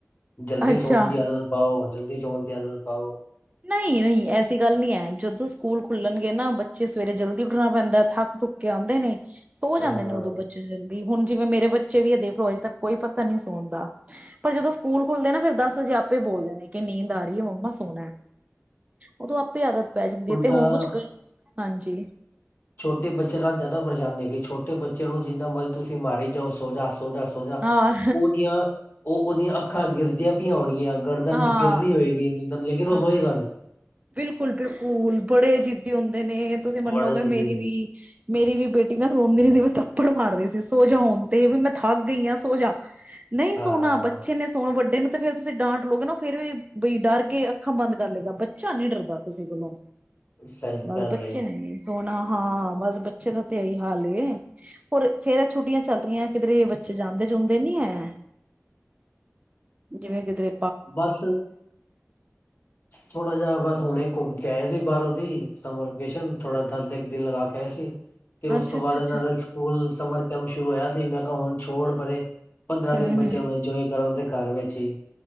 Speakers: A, on the left; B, on the right.
A: ਜਲਦੀ
B: ਅੱਛਾ
A: ਸੌਣ ਦੀ ਆਦਤ ਪਾਓ ਜਲਦੀ ਸੌਣ ਜਲ ਪਾਊ
B: ਨਹੀਂ ਨਹੀਂ ਐਸੀ ਗੱਲ ਨਹੀਂੀ ਹੈ ਜਦੋਂ ਸਕੂਲ ਖੁੱਲਣਗੇ ਨਾ ਬੱਚੇ ਸਵੇਰੇ ਜਲਦੀ ਉੱਠਣਾ ਪੈਂਦਾ ਥੱਕ ਥੁੱਕ ਕੇ ਆਉਂਦੇ ਨੇ ਸੋ
A: ਹਾਂ
B: ਜਾਂਦੇ ਨੇ ਉਦੋਂ ਬੱਚੇ ਜਲਦੀ ਹੁਣ ਜਿਵੇਂ ਮੇਰੇ ਬੱਚੇ ਵੀ ਆ ਦੇਖ ਲੋ ਅਜੇ ਤੱਕ ਕੋਈ ਪਤਾ ਨੀ ਸੁਣਦਾ ਪਰ ਜਦੋਂ ਸਕੂਲ ਖੁੱਲਦੇ ਨਾ ਫਿਰ ਦਸ ਹਜੇ ਆਪੇ ਬੋਲਦੇ ਨੇ ਕਿ ਨੀਂਦ ਆ ਰਹੀ ਹੈ ਮੰਮਾ ਸੋਣਾ ਉਦੋਂ ਆਪੇ ਆਦਤ ਪੈ ਜਾਂਦੀ
A: ਉਲਟਾ
B: ਹੈ ਤੇ ਹੁਣ ਕੁੱਛ ਹਾਂਜੀ
A: ਛੋਟੇ ਬੱਚੇ ਨਾਲ ਜ਼ਿਆਦਾ ਪਰੇਸ਼ਾਨੀ ਹੈ ਕਿ ਛੋਟੇ ਬੱਚੇ ਨੂੰ ਜਿੰਨਾ ਮਰਜ਼ ਤੁਸੀਂ ਮਾਰੀ ਜਾਓ ਸੋਜਾ ਸੋਜਾ ਸੋਜਾ
B: ਹਾਂ
A: ਉਹਦੀਆਂ ਉਹ ਉਹਦੀਆਂ ਅੱਖਾਂ ਗਿਰਦੀਆਂ ਪ ਹੋਣਗੀਆਂ ਗਰਦਨ
B: ਹਾਂ
A: ਗਿਰ ਰਹੀ ਹੋਏਗੀ ਲੇਕਿਨ ਉਹ
B: ਹਾਂ
A: ਰੋਏਗਾ ਨਹੀਂ
B: ਬਿਲਕੁਲ ਬਿਲਕੁਲ ਬੱੜੇ ਜਿੱਦੀ ਹੁੰਦੇ ਜੇ ਤੁਸੀਂ ਮੰਨੋਗੇ
A: ਬੜੇ ਜਿੱਦੇ
B: ਮੇਰੀ ਵੀ ਮੇਰੀ ਵੀ ਬੇਟੀ ਨਾ ਸੋਣਦੀ ਨਹੀਂ ਸੀ ਮੈਂ ਉੱਪਰ ਮਾਰਦੇ ਸੀ ਸੋਜਾ ਹੋਣ ਤੇ ਵੀ ਮੈਂ ਥਕ ਗਈ ਹਾਂ ਸੋਜਾ ਨਹੀਂ
A: ਹਾਂ
B: ਸੋਣਾ
A: ਹਾਂ
B: ਬੱਚੇ ਨੇ ਸੋਣਾ ਵੱਡੇ ਨੂੰ ਤੇ ਫਿਰ ਤੁਸੀਂ ਡਾਂਟ ਲਉਗੇ ਨਾ ਫਿਰ ਵੀ ਬਈ ਡਰ ਕੇ ਅੱਖਾਂ ਬੰਦ ਕਰ ਲਏਗਾ ਅ ਨੀ ਡਰਦਾ ਕਿਸੇ ਕੋਲੋਂ
A: ਸਹੀ
B: ਬਸ
A: ਗੱਲ
B: ਬੱਚੇ
A: ਹੈ
B: ਨੇ ਨੀ ਸੋਹਨਾ। ਹਾਂ ਬਸ ਬੱਚੇ ਦਾ ਤੇ ਇਹੀ ਹਾਲ ਏ ਫਿਰ ਛੁੱਟੀਆਂ ਚੱਲ ਰਹੀਆਂ ਕਿਧਰੇ ਬੱਚੇ ਜਾਂਦੇ-ਜੁਂਦੇ ਨੀ ਹੈ ਜਿਵੇਂ ਕਿੱਧਰੇ
A: ਬਸ ਥੋੜਾ ਜਿਹਾ ਬ ਹੁਣੇ ਘੁੰਮ ਕੇ ਆਏ ਸੀ ਬਾਹਰੋਂ ਦੀ ਸਮਰ ਵਕੇਸ਼ਨ ਥੋੜਾ ਦਸ ਇੱਕ ਦਿਨ ਲਗਾ ਕੇ ਆਏ ਸੀ। ਤੇ ਉਸ
B: ਅੱਛਾ
A: ਤੋਂ
B: ਅੱਛਾ
A: ਬਾਅਦ ਇਹ
B: ਅੱਛਾ
A: ਨਾਲੇ ਸਕੂੱਲ ਸਮਰ ਕੰਮ ਸ਼ੁਰੂ ਹੋਇਆ ਮੈਂ ਕਿਹਾ ਹੁਣ ਛੋੜ ਪਰੇ ਪੰਦਰਾਂ ਦਿਨ
B: ਹਮ
A: ਬਚਿਆਂ
B: ਹਮ
A: ਇੰਜੋਏ ਕਰਨ ਦੇ। ਘਰ ਵਿੱਚ ਹੀ।